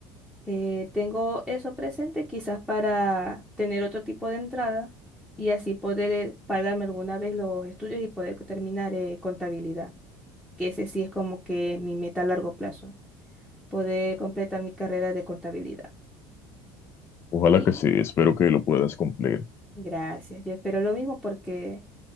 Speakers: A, in the centre; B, on the left (about 30°).
A: Eh, tengo eso presente quizás para tener otro tipo de entrada y así poder eh, pagarme alguna vez los estudios y poder terminar eh, contabilidad, que ese sí es como que mi meta a largo plazo, poder completar mi carrera de contabilidad.
B: Ojalá
A: Y
B: que sí, espero que lo puedas cumplir.
A: gracias, yo espero lo mismo porque